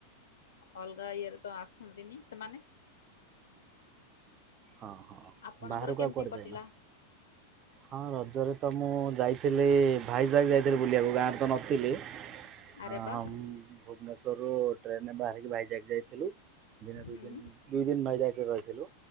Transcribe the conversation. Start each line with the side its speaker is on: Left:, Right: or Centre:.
Left: ଅଲଗା ଇଏରେ ତ ଆସନ୍ତିନି ସେମାନେ।
Right: ହଁ ହଁ
Left: ଆପଣଙ୍କର
Right: ବାହାରକୁ
Left: କେମିତି
Right: ଆଉ କୁଆଡ଼େ
Left: କଟିଲା?
Right: ଯାଏନା? ହଁ ରଜରେ ତ ମୁଁ ଯାଇଥିଲି ଭାଇ ଯାକ ଯାଇଥିଲି ବୁଲିବାକୁ ଗାଁରେ ତ ନଥିଲି
Left: ଆରେ
Right: ଆଁ
Left: ବା
Right: ଭୁବନେଶ୍ୱରରୁ ଟ୍ରେନ୍ ରେ ବାହାରିକି ଭାଇ ଯାଇକି ଯାଇଥିଲୁ ଦିନେ ଦୁଇ
Left: ହୁଁ
Right: ଦିନ ଦୁଇ ଦିନ ଭାଇଯାଇକି ରହିଥିଲୁ।